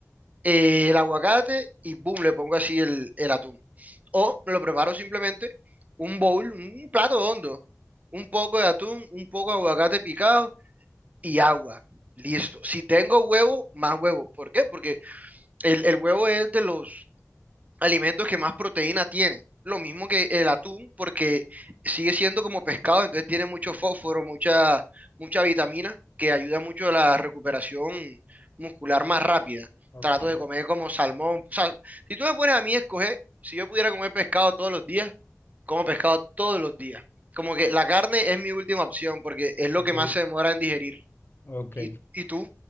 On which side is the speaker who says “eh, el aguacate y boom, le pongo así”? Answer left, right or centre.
Right